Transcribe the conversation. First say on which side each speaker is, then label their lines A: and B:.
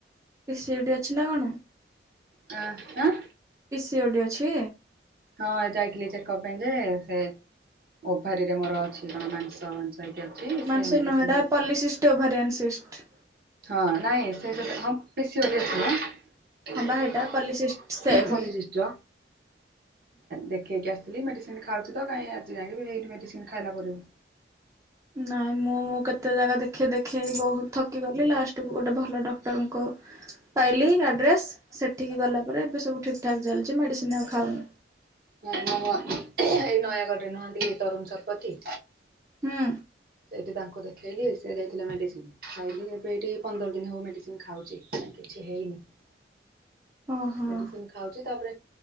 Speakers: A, on the right; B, on the right.
A: ପି ସି ଓ ଡି ଅଛି ନା କଣ।
B: ଆ ଆଁ।
A: ପି ସିଓଡି ଅଛି।
B: ହଁ ଯାଇଥିଲି ଚେକଅପ ପାଇଁ ଯେ ସେ ଓଭାରିରେ ମୋର ଅଛି କଣ ମାଂସ ମା ସେଇଠି ଅଛି।
A: ମାଂସ
B: ସେ ମେଡିସିନ
A: ନୁହେଁ ଏଟା ପଲିସିଷ୍ଟ ଓଭାରିଆନ୍ସିଷ୍ଟ।
B: ହଁ ନାଇଁ ସେ ଥମ ପେଶିଓଡ଼ି ଅଛି ନା। ପଲିଶିଷ୍ଟ
A: ହଁ ବା ହେଇଟା ପଲିସିଷ୍ଟ ସେମ୍।
B: ଦେଖେଇକି ଆସଥିଲି ମେ ମୁଁ ଖାଉଛି ତ କାଇଁ ଆଜି ଯାଙ୍କେ ବି ହେଇନି ମେଡିସିନ ଖାଇଲା ପରେ ବି।
A: ନାଇଁ ମୁଁଁ କେତେ ଜାଗା ଦେଖେଇ ଦେଖେଇ ବହୁତ ଥକିଗଲି ଲାଷ୍ଟକୁୁ ଗୋଟେ ଭଲ ଡକ୍ଟରଙ୍କୁ ପାଇଲି ଆଡ୍ରେସ, ସେଠିକି ଗଲା ପରେରେ ଏବେ ସବୁ ଠିକ୍ ଠାକ୍ ଚାଲିଛି ମେଡିସିନ ଆଉ ଖାଉନି।
B: ମୁଁ ମୁଁ ଏଇ ନୟାଗଡ ରେ ନୁହନ୍ତି କି ତରୁଣ ଶତପଥୀ।
A: ହୁଁ।
B: ସେଇଠି ତାଙ୍କୁ ଦେଖେଇଲି, ସେ ଦେଇଥିଲେ ମେଡିସିନ ଖାଇଲି, ଏବେ ଏଇଠି ପନ୍ଦର ଦିନ ହଉ ମେଡିସିନ ଖାଉଛି। କିଛି ହେଇନି
A: ଓହୋ।
B: ମେଡିସିନ ଖ ଖାଉଛି, ତାପରେ